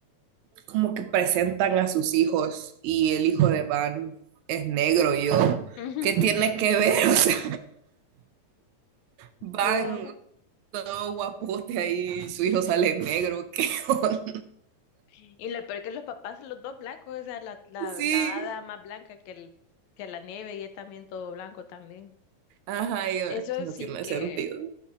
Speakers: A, on the right; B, on the left.
A: como que presentan a sus hijos y el hijo de Van es negro, y yo.
B: <laughs>
A: ¿Qué tiene que ver? <laughs> O sea, Van
B: Wow.
A: todo guapote ahí, su hijo sale negro, <laughs> ¿qué onda?
B: Y lo peor que los papás, los dos blancos, o sea, la, la,
A: Sí.
B: la hada más blanca que, el, que la nieve y él también todo blanco también.
A: Ajá, y yo,
B: Eso
A: es que no
B: sí
A: tiene
B: que...
A: sentido.